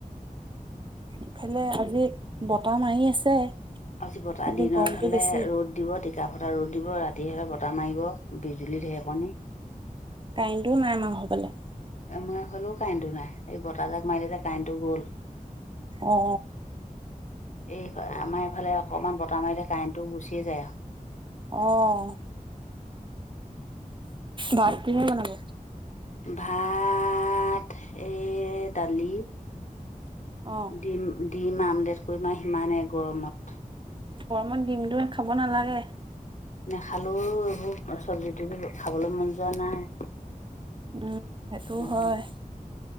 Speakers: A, on the right (about 35°); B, on the left (about 55°).
A: ইফালে আজি বতাহ মাৰি আছে।
B: আজি বতাহ
A: কিন্তু
B: দিনত
A: গৰমটো
B: হ'লে
A: বেছি,
B: ৰ'দ দিব টিকা ফটা ৰ'দ দিব ৰাতি হ'লে বতাহ মাৰিব বিজুলীৰ ঢেৰেকণি
A: কাৰেণ্টো নাই আমাৰ ঘৰৰ ফালে।
B: আমাৰ এইফালেও কাৰেণ্টো নাই এই বতাহজাক মাৰিলে যে কাৰেণ্টো গ'ল।
A: অঁ।
B: এই ফ আমাৰ এইফালে অকমান বতাহ মাৰিলে কাৰেণ্টো গুচিয়ে যায় আও।
A: অঁ। ভাত কিহে বনাব?
B: ভাত এ দালি
A: অ'।
B: দিম দিম আমলেট কৰিম আৰু সিমানে গৰমত।
A: গৰমত ডিমটো খাব নালাগে।
B: নেখালোও এইবোৰ চব্জি তব্জি খাবলৈ মন যোৱা নাই।
A: উম সেইটোও
B: উম,
A: হয়।